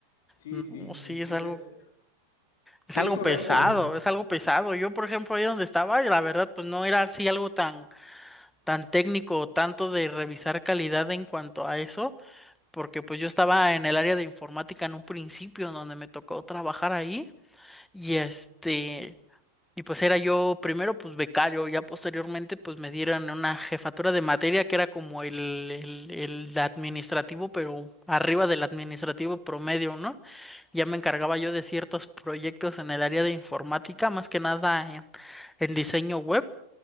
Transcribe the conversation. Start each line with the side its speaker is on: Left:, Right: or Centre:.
Left: Sí,
Centre: No,
Left: sí,
Centre: sí,
Left: eh,
Centre: es
Left: eh,
Centre: algo,
Left: eh,
Centre: es
Left: Sí,
Centre: algo
Left: es correcto.
Centre: pesado, es algo pesado. Yo, por ejemplo, ahí donde estaba, la verdad, pues no era así algo tan, tan técnico o tanto de revisar calidad en cuanto a eso, porque pues yo estaba en el área de informática en un principio, donde me tocó trabajar ahí, y este. Y pues era yo primero pues becario, ya posteriormente pues me dieron una jefatura de materia que era como el, el, el administrativo, pero arriba del administrativo promedio, ¿no? Ya me encargaba yo de ciertos proyectos en el área de informática, más que nada en, en diseño web.